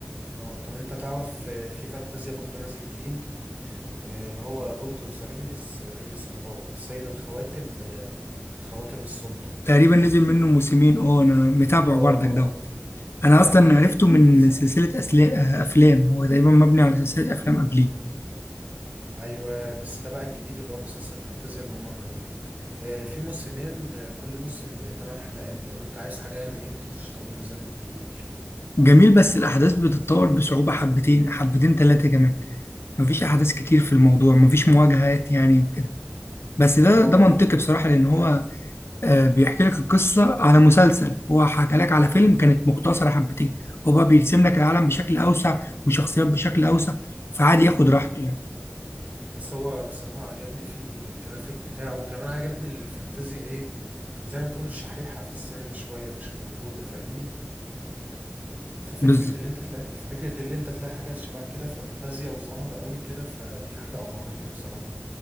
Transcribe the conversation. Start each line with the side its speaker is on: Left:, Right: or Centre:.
Right: اه طب انت تعرف آه، في فانتازيا برضه نازل جديد آه، اللي هو لورد اوف ذا رينجز رينجز اوف باور سيد الخواتم آه، خواتم السلطة
Left: تقريبا نزل منه موسمين اه انا متابعه
Right: اه
Left: برضك
Right: اه
Left: دوت انا
Right: ده
Left: اصلا
Right: جميل
Left: عرفته من
Right: صح
Left: من سلسله أسلا- آه، افلام هو تقريبا مبني على سلسله افلام قبليه
Right: ايوه بس ده بقى الجديد اللي هو مسلسل فانتازيا اللي هم عملوه آه، في موسمين آه، كل موسم 8 حلقات لو انت عايز حاجة يعني ما ايه ما تكونش طويلة زي ما بتقول
Left: جميل بس الاحداث بتتطور بصعوبه حبتين حبتين ثلاثه كمان مفيش احداث كتير في الموضوع مفيش مواجهات يعني وكده بس ده
Right: اه
Left: ده منطقي بصراحه لان هو آه، بيحكي لك القصة على مسلسل هو حكى لك على فيلم كانت مختصرة حبتين هو بقى بيرسم لك العالم بشكل أوسع وشخصيات بشكل أوسع فعادي ياخد راحته يعني
Right: بس هو بصراحة عجبني فيه الجرافيك بتاعه وكمان عجبني اللي الفانتازي ايه زي ما تقول الشحيحة في السينما شوية مش موجودة فاهمني ففكرة
Left: بز...
Right: اللي انت تلاقي ففكرة اللي انت تلاقي حاجة شبه كده فانتازيا وظاهرة قوي كده فدي حاجة أبهرتني بصراحة